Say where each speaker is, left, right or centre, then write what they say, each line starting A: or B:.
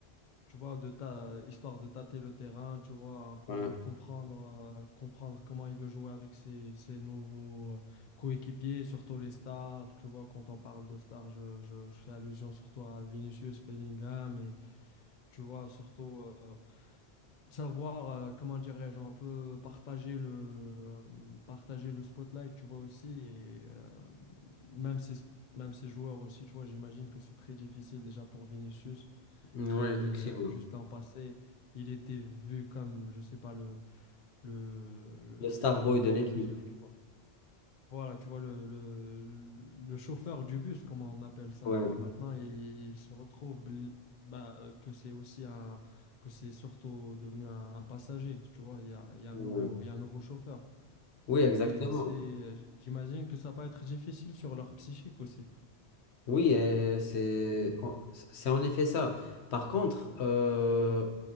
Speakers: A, on the left (about 45°); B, on the left (about 80°).
A: tu vois, de ta, histoire de tâter le terrain, tu vois, un peu
B: Ouais,
A: comprendre, euh, comprendre comment il veut jouer avec ses, ses nouveaux coéquipiers, surtout les stars. Tu vois, quand on parle de stars, je, je- je fais allusion surtout à Vinicius, Bellingham et tu vois, surtout euh, savoir, euh, comment dirais-je, un peu partager le, euh, partager le spotlight, tu vois aussi. Et euh, même ces, même ces joueurs aussi, tu vois, j'imagine que c'est très difficile déjà pour Vinicius
B: Ouais,
A: qui,
B: effectivement.
A: euh, juste l'an passé, il était vu comme, je sais pas, le, le, le-
B: Le star boy
A: comment
B: de l'équipe.
A: on peut dire, tu vois voilà, tu vois, le, le, le chauffeur du bus, comme on appelle ça,
B: Ouais.
A: tu vois, maintenant, il, il se retrouve bl- bah, euh, que c'est aussi un, que c'est surtout devenu un, un passager, tu vois, il y a, il y a
B: Ouais.
A: un nouveau, il y a un nouveau chauffeur.
B: Oui, exactement.
A: Et c'est, j- j'imagine que ça peut être difficile sur leur psychique aussi.
B: Oui, euh, c'est en- c'est en effet ça. Par contre, euh,